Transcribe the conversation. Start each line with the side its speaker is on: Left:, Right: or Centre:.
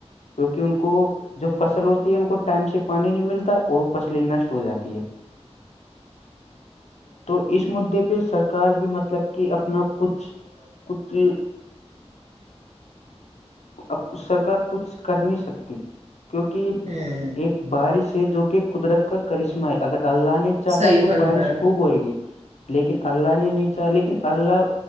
Left: کیونکہ ان کو جو فصل ہوتی ہے ان کو ٹائم سے پانی نہیں ملتا اور وہ فصلیں نشٹ ہو جاتی ہے
Right: <inaudible>
Left: تو اس مددے پہ سرکار بھی مطلب کہ اپنا کچھ کتری اب سرکار کچھ کر نہیں سکتی کیونکہ
Right: ہوں
Left: ایک بارش ہے جو کہ قدرت کا کرشمہ ہے اگر اللہ نے چاہا
Right: صحیح
Left: تو
Right: فرمایا
Left: بارش خوب ہوئے گی لیکن اللہ نے نیچا لیکن اللہ